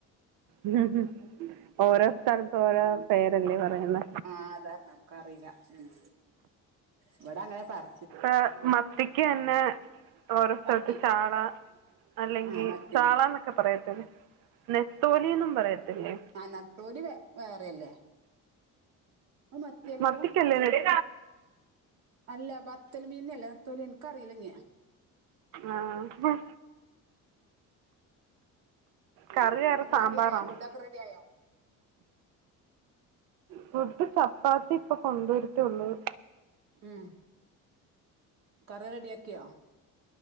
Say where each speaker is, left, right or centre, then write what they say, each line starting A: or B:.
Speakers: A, on the right (about 80°); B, on the right (about 55°).
A: ഉം ഓരോ സ്ഥലത്ത ഓരോ പേരല്ലേ പറയുന്ന
B: ആ ആധാർ നമുക്ക്റിയില്ല ഉം ഇവിടെ അങ്ങനെ പർ
A: അ മത്തിക്ക് എന്നെ ഓരോ സ്ഥലത്ത്
B: മത്തി
A: ചാള അല്ലെങ്കിൽ
B: ആഹ് മത്തിനെ
A: ചാള എന്നൊക്കെ പറയത്തില്ല നെത്തോലിന്നും പറയത്തില്ലേ
B: ആ നതോലി വ വേറെയല്ലേ ആ മത്തിയല്ലല്ലോ
A: മത്തിക്കല്ലേ
B: മത്തി
A: നെ
B: അല്ല അ ബത്തല് മീന അല്ലേ അത്തല് എനക്ക് അറിയിലഞ്
A: ആഹ് കറിയാറ
B: എന്നിട്ട്
A: സാമ്പാറാണോ
B: റെഡി ആയോ ഫുഡൊക്കെ റെഡി ആയോ
A: ഫുഡ് ചപ്പാത്തി ഇപ്പൊ കൊണ്ടുവരുത്തിള്ളത്
B: ഉം കറി റെഡിയാക്കിയോ